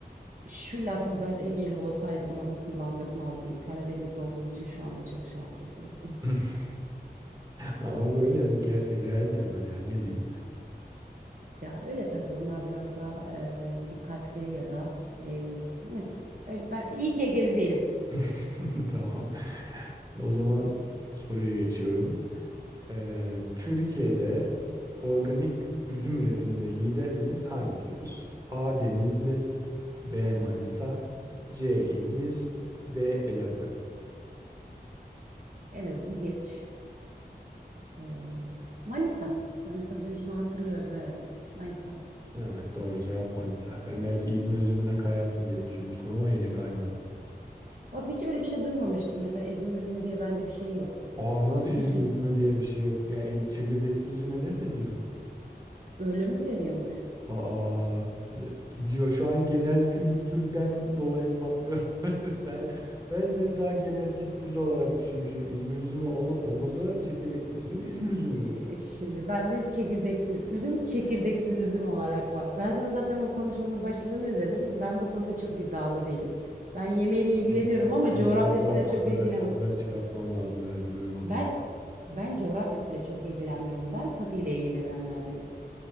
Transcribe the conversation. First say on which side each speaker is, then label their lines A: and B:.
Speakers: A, on the right; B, on the right.
A: Şu lafı ben Egeli olsaydım bana kullandırtmazdım. Karadeniz'de olduğun için şu anda çok şanslısın. <laughs>
B: <laughs> Ama böyle bu gerçek realite böyle ya ne diyeyim.
A: Ya öyle tabii onlar biraz daha e, dikkatli ya da e, neyse. Öyle ben iyi ki Egeli değilim.
B: <laughs> Tamam. O zaman soruya geçiyorum. Ee, Türkiye'de organik üzüm üretiminde lider ilimiz hangisidir? A. Denizli B. Manisa C. İzmir D. Elazığ
A: Elazığ'ı geç. Ee, Manisa. Manisa'da üzümü hatırlıyorum evet. Manisa.
B: Evet doğru cevap Manisa. Ben belki İzmir üzümüne kayarsın diye düşünmüştüm ama yine kaymadın.
A: Bak hiç öyle bir şey duymamıştım. Mesela İzmir üzümü diye bende bir şey yok.
B: Aa nasıl İzmir
A: İyi ki
B: üzümü diye bir şey yok. Yani İz- çekirdeksiz üzüme ne deniyor?
A: öyle mi deniyormuş?
B: Aa gidiyor şu an genel kültürden dolayı patlıyoruz. <laughs> Ben ben seni daha genel kültürlü olarak düşünmüşüm. İzmir üzümü ol- olmaz olarak çekirdeksiz üzüm İzmir üzümüdür.
A: Ee, şimdi bende çekirdeksiz üzüm, çekirdeksiz üzüm olarak var. Ben sana zaten bu konuşmanın başında ne dedim? Ben bu konuda çok iddialı değilim. Ben yemeğiyle ilgileniyorum
B: Neyse,
A: ama
B: Seni
A: coğrafyasıyla
B: biraz daha pazara,
A: çok ilgilen.
B: pazara çıkartmam lazım herhalde böyle olmayacak.
A: Ben ben coğrafyasıyla çok ilgilenmiyorum. Ben tadıyla ilgilenenlerdenim.